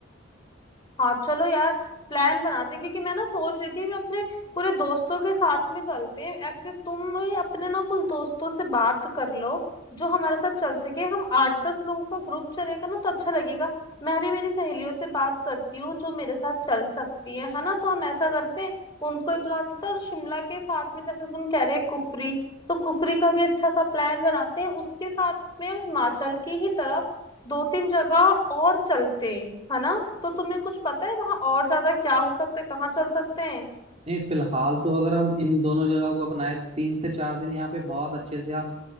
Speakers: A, on the left; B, on the right.
A: हाँ चलो यार प्लान बनाते हैं, क्योंकि मैं ना सोच रही थी मैं अपने पूरे दोस्तों के साथ में चलते हैं एक्चुअली तुम अपने ना कुछ दोस्तों से बात कर लो जो हमारे साथ चल सके हम आठ दस लोगों का ग्रुप चलेगा ना तो अच्छा लगेगा मैं भी मेरी सहेलियों से बात करती हूँ जो मेरे साथ चल सकती है है ना तो हम ऐसा करते हैं उनको ही बुला लेते हैं और शिमला के साथ में जैसे तुम कह रहे हो कुफरी तो कुफरी का भी अच्छा सा प्लान बनाते हैं उसके साथ में हम हिमाचल की ही तरफ दो तीन जगह और चलते हैं है ना तो तुम्हें कुछ पता है वहां और ज्यादा क्या हो सकता है कहाँ चल सकते हैं
B: नहीं फिलहाल तो अगर हम इन दोनों जगह को अपनाए तो तीन से चार दिन यहाँ पे बहुत अच्छे से हम